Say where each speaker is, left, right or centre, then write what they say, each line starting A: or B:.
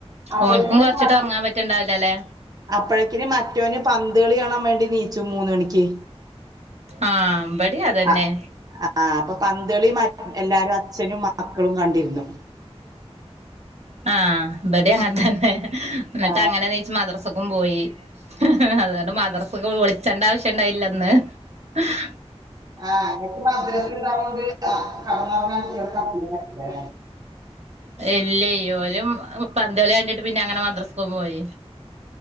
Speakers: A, on the right; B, on the right.
A: അപ്പോഴേക്കും
B: ഓന്ക്കും കൊരച്ചിട്ട്
A: പിന്നെ മറ്റേ
B: ഒറങ്ങാൻ പറ്റിണ്ടാവുലല്ലേ
A: അപ്പോഴേക്കിന് മറ്റോന് പന്തളി കാണാൻ വേണ്ടി നീച്ചു മൂന്നണിക്ക്
B: ആ ഇബടിം അതന്നെ
A: ആഹ് ആഹ് അപ്പൊ പന്തളി മറ്റ് എല്ലാരും അച്ഛനും മ മക്കളും കണ്ടിരുന്നു
B: ആഹ് ഇബടെ അങ്ങനെ തന്നെ എന്നിട്ട്
A: ആ
B: അങ്ങനെ നീച്ച് മദ്രസക്കും പോയി ഹ് ഹ് ഹ് അതോണ്ട് മദ്രസക്ക് വിളിച്ചണ്ട ആവശ്യം ഉണ്ടായില്ലന്ന് ഹ്
A: ആഹ് അങ്ങോക്ക് മദ്രസ് കിട്ടാത്തോണ്ട് ആ കേടന്നോറങ്ങാൻ തീരെ പറ്റൂല അല്ലെ
B: ഇല്ലേയ് ഓനും പന്ത് കളി കണ്ടിട്ട് പിന്നെ അങ്ങനെ മദ്രസ്ക്കുപ്പോയി